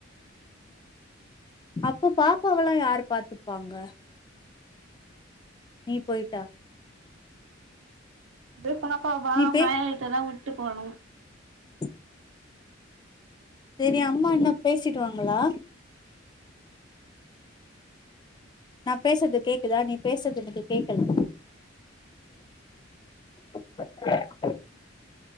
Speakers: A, on the left (about 20°); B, on the right (about 75°).
A: அப்பொ பாப்பாவலா யாரு பாத்துப்பாங்க நீ போயி டா
B: <inaudible> பாப்பாவ அவுங்க
A: பே
B: ஆயாகிட்டதா வுட் டு போனு
A: <inaudible> சேரி அம்மா என்ன பேசிடுவாங்களா? நா பேசற்து கேக்குதா நீ பேசது எனக்கு கேக்கல <inaudible>